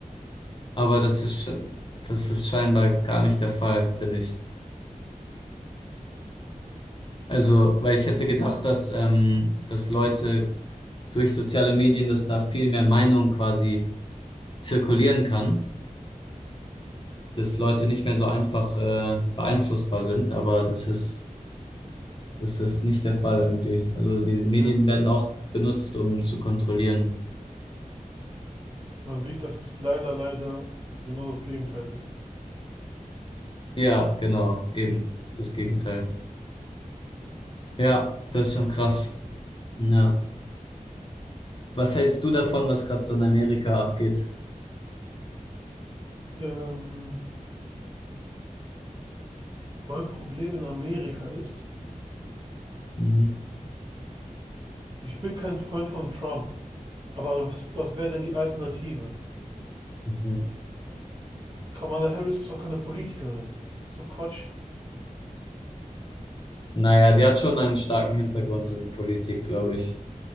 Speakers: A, on the left; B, on the right.
A: Aber das ist, sch- das ist scheinbar gar nicht der Fall, finde ich. Also, weil ich hätte gedacht, dass, ähm, dass Leute durch soziale Medien, dass da viel mehr Meinung quasi zirkulieren kann, dass Leute nicht mehr so einfach äh, beeinflussbar sind, aber das ist, das ist nicht der Fall irgendwie. Also die Medien
B: Ja,
A: werden auch benutzt, um zu kontrollieren.
B: man sieht, dass es leider, leider genau das Gegenteil ist.
A: Ja, genau, eben, ist das Gegenteil. Ja, das ist schon krass. Ja. Was hältst du davon, was gerade so in Amerika abgeht?
B: Ähm, mein Problem in Amerika ist,
A: Mhm.
B: ich bin kein Freund von Trump. Aber was, was wäre denn die Alternative?
A: Mhm.
B: Kamala Harris ist doch keine Politikerin. Ist doch Quatsch.
A: Naja, die hat schon einen starken Hintergrund in Politik, glaube ich.